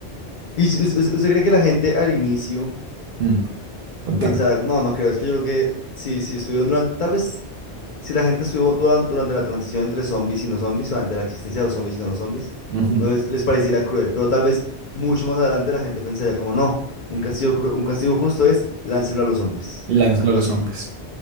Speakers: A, on the left; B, on the right.
A: ¿Y us- us- usted, cree que la gente al inicio
B: Mm, contame.
A: pensará, no, no creo, es que yo creo que si, si estuvieron durante, tal vez Si la gente estuvo duran- durante la transición entre zombies y no zombies, o entre la existencia de los zombies y no los zombies,
B: Ujú.
A: no les, les pareciera cruel, pero tal vez mucho más adelante la gente pensaría como, no, un castigo, cru- un castigo justo es láncelo a los zombies,
B: Lánzalo
A: algo
B: a los
A: así.
B: hombres.